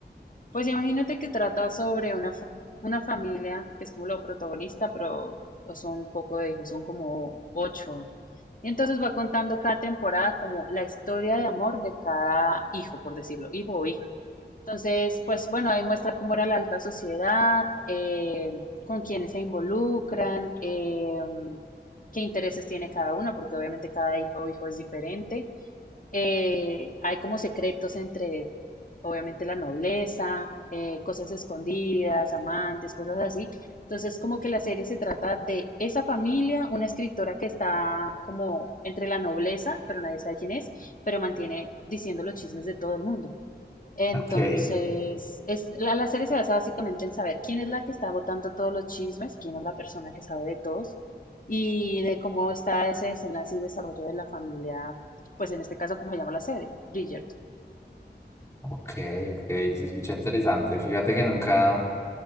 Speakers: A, on the left; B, on the left.
A: Pues imagínate que trata sobre una, fa- una familia que es como lo protagonista, pero son un poco de hijos, son como ocho. Y entonces va contando cada temporada como la historia de amor de cada hijo, por decirlo, hijo o hija. Entonces, pues bueno, ahí muestra cómo era la alta sociedad, eh, con quiénes se involucran, eh, qué intereses tiene cada uno, porque obviamente cada hija o hijo es diferente. Eh, hay como secretos entre, obviamente, la nobleza, eh, cosas escondidas, amantes, cosas así. Entonces, como que la serie se trata de esa familia, una escritora que está como entre la nobleza, pero nadie sabe quién es, pero mantiene diciendo los chismes de todo el mundo. Entonces,
B: Ok.
A: es, la, la serie se basa básicamente en saber quién es la que está botando todos los chismes, quién es la persona que sabe de todos y de cómo está ese desenlace y desarrollo de la familia, pues en este caso, como se llama la serie, Bridgerton.
B: Ok, ok, se escucha interesante. Fíjate que nunca,